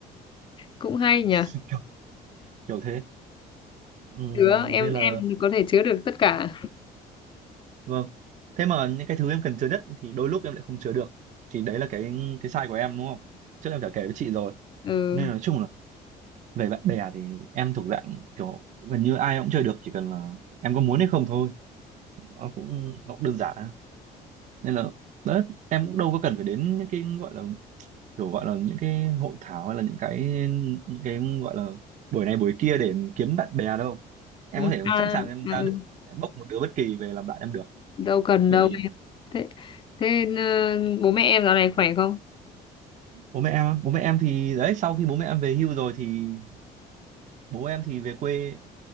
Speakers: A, on the left; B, on the right.
A: Cũng hay nhỉ.
B: <laughs> kiểu, kiểu thế Ừm,
A: chứa em
B: nên là
A: em có thể chứa được tất cả
B: vâng thế mà những cái thứ em cần chứa nhất thì đôi lúc em lại không chứa được thì đấy là cái cái sai của em đúng không trước em chả kể với chị rồi
A: ừ
B: nên là nói chung là về bạn bè thì em thuộc dạng kiểu gần như ai cũng chơi được chỉ cần là em có muốn hay không thôi nó cũng nó cũng đơn giản á. nên là đấy em cũng đâu có cần phải đến những cái gọi là kiểu gọi là những cái hội thảo hay là những cái những cái gọi là buổi này buổi kia để kiếm bạn bè đâu em
A: Ừ.
B: có thể
A: à,
B: sẵn sàng em
A: à,
B: ra
A: ừ.
B: đường em bốc một đứa bất kỳ về làm bạn em được
A: đâu cần
B: bởi
A: đâu
B: vì
A: em thế thế ờ, bố mẹ em dạo này khỏe không
B: bố mẹ em bố mẹ em thì đấy sau khi bố mẹ em về hưu rồi thì bố em thì về quê